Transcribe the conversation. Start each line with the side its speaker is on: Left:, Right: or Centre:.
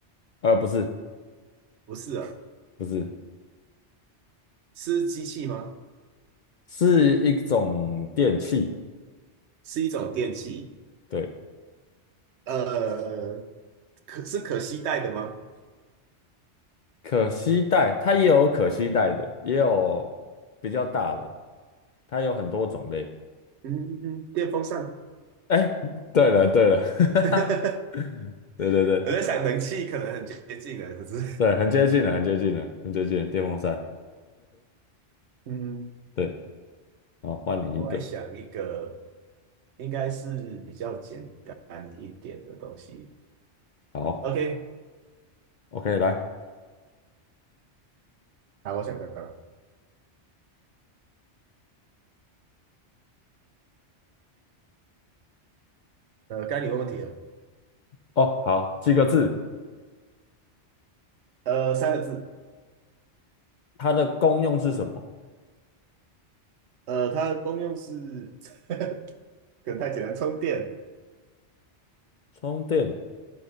Left: 呃，不是
Right: 不是哦，
Left: 不是，
Right: 是机器吗？
Left: 是一种电器，
Right: 是一种电器。
Left: 对，
Right: 呃，可是可携带的吗？
Left: 可携带，它也有可携带的，也有比较大的，它有很多种类，
Right: 嗯嗯嗯，电风扇。
Left: 哎，对了对了，<laughs>
Right: <laughs>
Left: 对对对
Right: 我在想能气可能很接近了，可是
Left: 对，很接近了，很接近了，很接近了电风扇。
Right: <laughs> 嗯，
Left: <laughs> 对，好，换你一个。
Right: 我还想一个应该是比较简单一点的东西。
Left: 好
Right: OK，
Left: ，OK，来。
Right: 好，我想到了，呃，该你问问题了。
Left: 哦，好，几个字，
Right: 呃，三个字，
Left: 它的功用是什么？
Right: 呃，它的功用是 <laughs> 可能太简单，充电。
Left: 充电